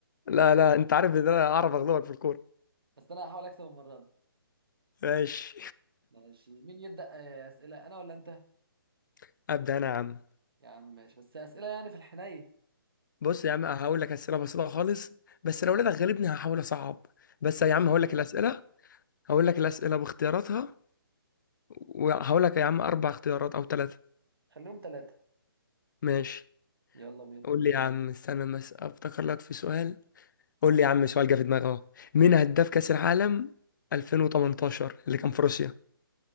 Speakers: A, on the left; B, on the right.
A: لا لا انت عارف ان انا اعرف اغلبك في الكورة
B: بس انا هحاول اكسب المره دي
A: ماشي
B: ماشي مين يبدأ آه، أسئلة أنا ولا أنت؟
A: <laughs> ابدا انا يا عم
B: يا عم ماشي بس أسئلة يعني في الحنين
A: بص يا عم هقول لك اسئله بسيطه خالص بس لو لقيتك غالبني هحاول اصعب بس
B: ماشي
A: يا عم هقول
B: يا عم
A: لك الاسئله
B: اتفقنا
A: هقول لك الاسئله باختياراتها وهقول لك يا عم اربع اختيارات او ثلاثه
B: خليهم ثلاثة
A: ماشي
B: يلا بينا
A: قول لي يا عم استنى بس افتكر لك في سؤال قول لي يا عم سؤال جه في دماغي اهو مين هداف كأس العالم 2018 اللي كان في روسيا